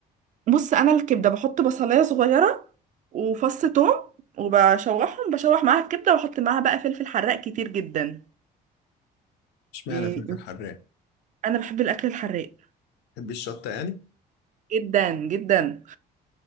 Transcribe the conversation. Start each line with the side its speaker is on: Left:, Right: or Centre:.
Right: بص أنا الكبدة بحط بصلاية صغيرة وفص توم وبشوحهم بشوح معاها الكبدة وأحط معاها بقى فلفل حراق كتير جدا
Left: اشمعنى
Right: يعني
Left: فلفل حراق
Right: أنا بحب الأكل الحراق
Left: بحب الشطة يعني
Right: جدا جدا